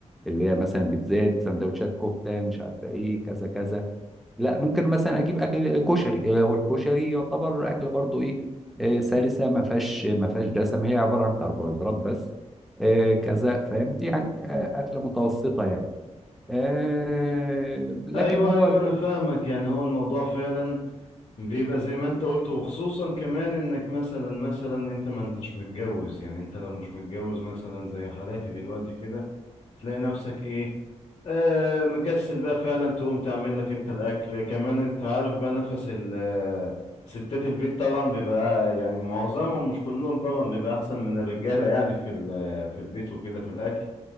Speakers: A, in the centre; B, on the left (about 50°).
A: اللي هي مثلا بيتزات سندوتشات كفته مش عارفه ايه كذا كذا لا ممكن مثلا اجيب اكل كشري آه، هو الكشري يعتبر اكله برضو ايه آه، سلسه ما فيهاش ما فيهاش دسم هي عباره عن كربوهيدرات بس آه، كذا فهمت يعني آه، اكله متوسطه يعني آه، لكن
B: ايوه
A: هو
B: ايوه انا فاهمك يعني هو الموضوع فعلا بيبقى زي ما انت قلت وخصوصا كمان انك مثلا مثلا انت ما انتش متجوز يعني انت لو مش متجوز مثلا زي حالاتي دلوقتي كده تلاقي نفسك ايه آه مكسل بقى فعلا تقوم تعمل لك انت الاكل كمان انت عارف بقى نفس ال آه، ستات البيت طبعا بيبقى يعني معظمهم مش كلهم طبعا بيبقى احسن من الرجاله يعني في ال- آه، في البيت وكده في الاكل